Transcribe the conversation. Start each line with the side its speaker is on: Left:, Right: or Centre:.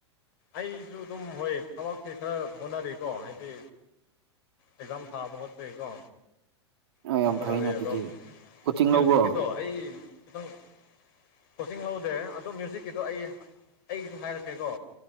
Left: ꯑꯩꯁꯨ ꯑꯗꯨꯝ ꯍꯣꯏ ꯊꯕꯛꯁꯦ ꯈꯔ ꯍꯣꯠꯅꯔꯤꯀꯣ ꯍꯥꯏꯗꯤ ꯑꯦꯛꯖꯥꯝ ꯊꯥꯕ ꯈꯣꯠꯄꯒꯤ ꯀꯣ ꯑꯗꯨꯝ
Right: ꯌꯥꯝ
Left: ꯍꯣꯠꯅꯔꯤ
Right: ꯐꯩꯅꯦ ꯑꯗꯨꯗꯤ
Left: ꯑꯗꯣ
Right: ꯀꯣꯆꯤꯡ
Left: ꯃ꯭ꯌꯨꯖꯤꯛꯀꯤꯗꯣ
Right: ꯂꯧꯕ꯭ꯔꯣ
Left: ꯑꯩ ꯈꯤꯇꯪ ꯀꯣꯆꯤꯡ ꯂꯧꯗꯦ ꯑꯗꯣ ꯃ꯭ꯌꯨꯖꯤꯛꯀꯤꯗꯣ ꯑꯩ ꯑꯩꯒꯤꯁꯨ ꯍꯥꯏꯔꯛꯀꯦꯀꯣ